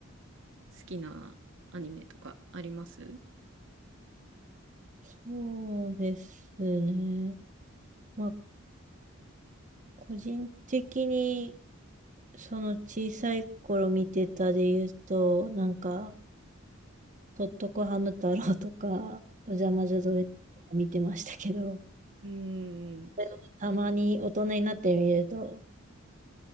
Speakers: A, on the right; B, on the right.
A: 好きなアニメとかあります
B: そうですね。まあ、個人的に、その小さい頃見てたで言うと、なんか、とっとこハム太郎とか、おじゃまじゃドレとか見てましたけど、
A: うーん。
B: それをたまに大人になってみると、